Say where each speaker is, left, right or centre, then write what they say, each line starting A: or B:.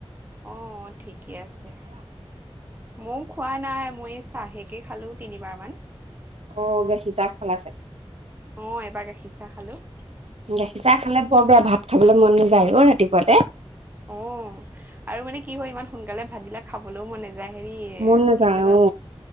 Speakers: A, on the right (about 20°); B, on the right (about 80°).
A: অঁ ঠিকেই আছে, মও খোৱা নাই মই- চাহেকে খালোঁ তিনিবাৰমান।
B: অঁ গাখীৰ চাহ খালা চাগে?
A: অঁ এবাৰ গাখীৰ ছাহ খালো।
B: গাখীৰ চাহ খালে বৰ বেয়া ভাত খাবলে মন নাযায় অ ৰাতিপুৱাতে।
A: অঁ আৰু মানে কি হয় ইমান সোনকালে ভাত বিলাক খাবলৈও মন নেয- যায় হেৰি,
B: মন নাযায়
A: কি বুলি কয়?
B: অ